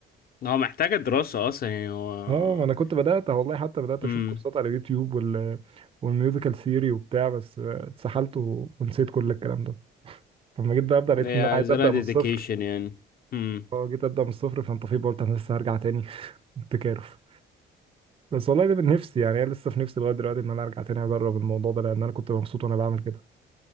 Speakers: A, on the left; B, on the right.
A: هو محتاجة دراسة اصلا يعني هو
B: اه ما انا كنت بدات والله حتى بدات اشوف
A: امم
B: كورسات على اليوتيوب وال... والميوزيكال ثيوري وبتاع بس آه، اتسحلت و- ونسيت كل الكلام ده لما جيت بقى ابدا لقيت
A: هي
B: ان
A: عايزة
B: انا عايز ابدا
A: لها ديديكيشن
B: من الصفر
A: يعني امم
B: اه جيت ابدا من الصفر فانت في قلت انا لسه هرجع تاني <laughs> التكارف بس والله ده من نفسي يعني انا لسه في نفسي لغايه دلوقتي ان انا ارجع تاني اجرب الموضوع ده لان انا كنت مبسوط وانا بعمل كده